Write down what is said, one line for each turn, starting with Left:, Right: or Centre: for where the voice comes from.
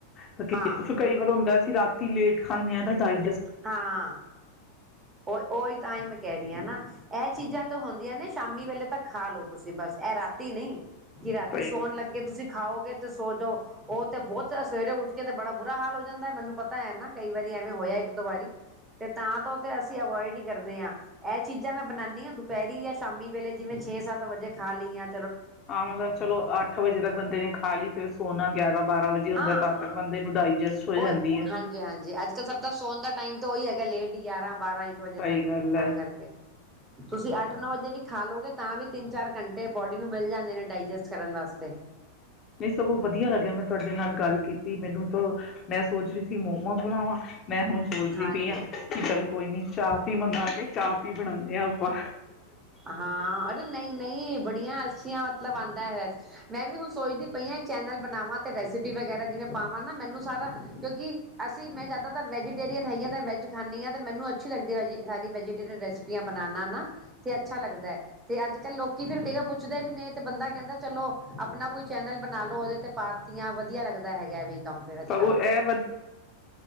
Left: ਤਾਂ
Right: ਹਾਂ
Left: ਫਿਰ ਕਈ ਵਾਰ ਹੁੰਦਾ ਸੀ ਰਾਤ ਲੇਟ ਖਾਂਦੇਾਂ ਦਾ ਡਾਇ
Right: ਹਾਂ ਉਹ ਉਹੀ ਤਾਂ ਹੀ ਮੈਂ ਕਹਿ ਰਹੀ ਹਾਂ ਨਾ ਇਹ ਚੀਜ਼ਾਂ ਹੁੰਦੀਆਂ ਨੇ ਸ਼ਾਮੀ ਵੇਲੇ ਤਾਂ ਖਾ ਲੋ ਤੁਸੀਂ ਬਸ ਇਹ ਰਾਤੀ ਨਹੀਂ ਕਿ ਰਾਤੀ
Left: ਸਹੀ
Right: ਸੌਣ ਲੱਗੇ ਤੁਸੀਂ ਖਾਓਗੇ ਸੋ ਜਾਓ ਉਹ ਤੇ ਬਹੁਤ ਸਵੇਰੇ ਉੱਠ ਕੇ ਤੇ ਬੜਾ ਬੁਰਾ ਹਾਲ ਹੋ ਜਾਂਦਾ ਮੈਨੂੰ ਪਤਾ ਹੈ ਨਾ ਕਈ ਵਾਰੀ ਐਵੇਂ ਹੋਇਆ ਹੀ ਇੱਕ ਦ ਵਾਰੀ ਤੇ ਤਾਂ ਤਾਂ ਤੇ ਅਸੀਂ ਅਵੋਇਡ ਹੀ ਕਰਨੇ ਹਾਂ ਇਹ ਚੀਜ਼ਾਂ ਮੈਂ ਬਣਾਉਦੀ ਹਾਂ ਦੁਪਹਿਰੀ ਜਾਂ ਸ਼ਾਮੀ ਵੇਲੇ ਜਿਵੇਂ ਛੇ ਸੱਤ ਵਜੇ ਖਾਲ ਲਈ ਆ
Left: ਹਾਂ ਮਤਲਬ ਚਲੋ ਅੱਠ ਵਜੇ ਤੱਕ ਬੰਦੇ ਨੇ ਖਾ ਲਈ ਫੇਿਰ ਸੋਨਾ ਗਿਆਰਾਂ ਬਾਰਾਂ ਵਜੇ ਹੁੰਦਾ
Right: ਹਾਂ
Left: ਤਦ ਤੱਕ ਬੰਦੇ ਨੂੰ ਡਾਇਜੈਸਟ ਹੋ ਜਾਂਦੀ
Right: ਉਹ
Left: ਹੈ।
Right: ਹਾਂਜੀ ਹਾਂਜੀ ਅੱਜ ਕੱਲ ਸਭ ਦਾ ਸੌਣ ਦਾ ਟਾਈਮ ਉ ਹੀ ਹੈਗਾ ਲੇਟ ਗਿਆਰਾਂ ਬਾਰਾਂ ਇੱਕ ਵਜੇ
Left: ਸਹੀ
Right: ਤੱਕ
Left: ਗੱਲ
Right: ਤਾਂ
Left: ਹੈ।
Right: ਕਰਕੇ ਤੁਸੀਂ ਅੱਠ ਨੌ ਵਜੇ ਵੀ ਖਾ ਲਓਗੇ ਤਾਂ ਵੀ ਤਿੰਨ ਚਾਰ ਘੰਟੇ ਬੋਡੀ ਨੂੰ ਮਿਲ ਜਾਂਦੇ ਨੇ ਡਾਇਜੈਸਟ ਕਰਨ ਵਾਸਤੇ
Left: ਨਹੀਂ ਸਗੋਂ ਵਧੀਆ ਲੱਗਿਆ ਮੈਨੂੰ ਤੁਹਾਡੇ ਨਾਲ ਗੱਲ ਕੀਤੀ ਮੈਨੂੰ ਮੈਂ ਸੋਚ ਰਹੀ ਸੀ ਮੋਮੋਸ ਬਣਾਵਾਂ ਮੈਂ ਹੁਣ ਸੋਚਦੀ
Right: ਹਾਂਜੀ
Left: ਪਈ ਆ ਕਿ ਚੱਲ ਕੋਈ ਨਹੀਂ ਚਾਹ ਪੀ ਮੰਗਾ ਕੇ ਚਾਹ ਪੀ ਬਣਾਉਂਦੇ ਆ ਆਪਾਂ
Right: ਹਾਂ ਅਰੇ ਨਹੀਂ ਨਹੀਂ ਬੜੀਆਂ ਅੱਛੀਆਂ ਮਤਲਬ ਆਉਂਦਾ ਹੈਆ ਮੈਂ ਵੀ ਹੁਣ ਸੋਚਦੀ ਪਈਆਂ ਚੈਨਲ ਬਣਾਵਾਂ ਤੇ ਰੈਸਿਪੀ ਵਗੈਰਾ ਜਿਵੇਂ ਪਾਵਾਂ ਨਾ ਮੈਨੂੰ ਸਾਰਾ ਕਿਉਂਕਿ ਅਸੀਂ ਮੈਂ ਜ਼ਿਆਦਾਤਰ ਵੈਜੀ ਹੈਗੀਆਂ ਵੈੱਜ ਖਾਂਦੀ ਆ ਤੇ ਮੈਨੂੰ ਅੱਛੀ ਲੱਦੀ ਹੈ ਵ ਸਾਰੀ ਵੈਜੀਟੇਰੀਅਨ ਰੈਸਿਪੀਆਂ ਬਣਾਉਣਾ ਨਾ ਤੇ ਅੱਛਾ ਲੱਗਦਾ ਹੈ ਤੇ ਅੱਜ ਕੱਲ ਲੋਕੀ ਫਿਰ ਕਈ ਵਾਰ ਪੁੱਛਦੇ ਵੀ ਨੇ ਤੇ ਬੰਦਾ ਕਹਿੰਦਾ ਚਲੋ ਆਪਣਾ ਕੋਈ ਚੈਨਲ ਬਣਾ ਲੋ ਉਹਦੇ ਤੇ ਪਾਤੀਆਂ ਵਧੀਆ ਲੱਗਦਾ ਹੈਗਾ ਵੀ ਕੰਮ ਫਿਰ ਅੱਛਾ
Left: ਸਗੋਂ ਇਹ